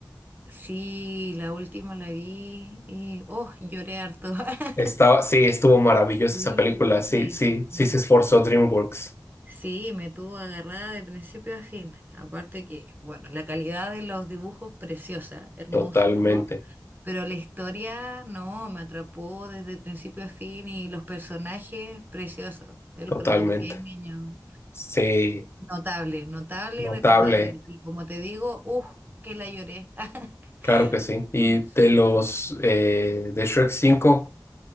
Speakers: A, on the right; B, on the left.
A: Sí, la última la vi y, oh, lloré harto. <laughs>
B: Estaba, sí, estuvo maravillosa
A: Sí,
B: esa película. Sí, sí, sí
A: me-
B: se esforzó DreamWorks.
A: Sí, me tuvo agarrada de principio a fin. Aparte que, bueno, la calidad de los dibujos preciosa, hermoso
B: Totalmente,
A: todo, pero la historia no, me atrapó desde principio a fin y los personajes preciosos. El
B: totalmente.
A: perrito pequeño,
B: Sí,
A: notable, notable
B: notable.
A: y recordable. Y como te digo, uff, que la lloré. <laughs>
B: Claro que sí. Y
A: Sí.
B: de los eh, de Shrek cinco.